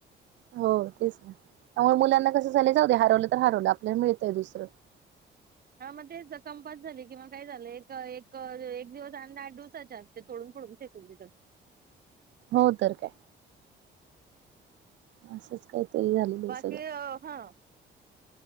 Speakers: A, on the right; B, on the right.
A: हो तेच ना त्यामुळे मुलांना कसं झाले जाऊदे हरवलं तर हरवलं आपल्याला मिळतंय दुसरं
B: ह मग ते कंपास झाली किंवा काय झालं एक एक एक दिवस अंदा आठ दिवसाच्यात तोडून फोडून फेकून देतात.
A: हो तर काय. असंच काहीतरी झालेलं
B: बाकी
A: आहे सगळं.
B: हा